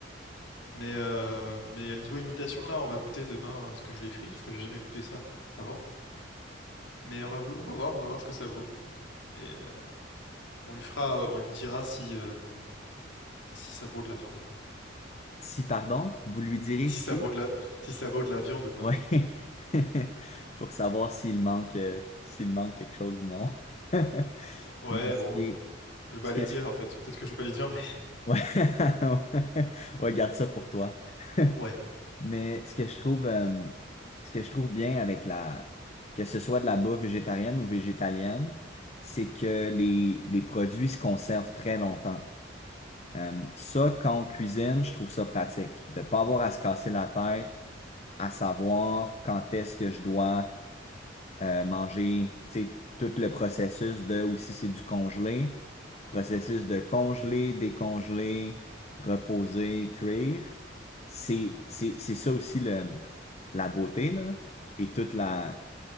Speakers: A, on the left; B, on the left.
A: Mais, euh, mais euh, niveau imitation, là, on va goûter demain euh, ce que je l'ai frit, parce que j'ai jamais goûté ça avant. Mais on va, goû- on va voir, on va voir ce que ça vaut. Et euh, on lui fera, euh, on lui dira si, euh, si ça vaut de la viande ou pas.
B: Si, pardon, vous lui direz
A: Si
B: si.
A: ça vaut de la, si ça vaut de la viande ou pas.
B: Ouais. <laughs> Pour savoir s'il manque euh, s'il manque quelque chose ou non. <laughs>
A: Ouais,
B: Mais ce
A: bon,
B: qui est.
A: je vais pas
B: Ce
A: lui
B: que
A: dire
B: je...
A: en fait. Peut-être que je vais pas lui dire, mais
B: Ouais. <laughs> Ouais, garde ça pour toi. <laughs>
A: <laughs> ouais,
B: Mais ce que je trouve, euh, ce que je trouve bien avec la, que ce soit de la bouffe végétarienne ou végétalienne, c'est que les, les produits se conservent très longtemps. Euh, ça, quand on cuisine, je trouve ça pratique. De pas avoir à se casser la tête, à savoir quand est-ce que je dois euh, manger, tu sais, tout le processus de, ou si c'est du congelé, processus de congeler, décongeler, reposer, cuire. C'est, c'est, c'est ça aussi le, la beauté, là, et toute la,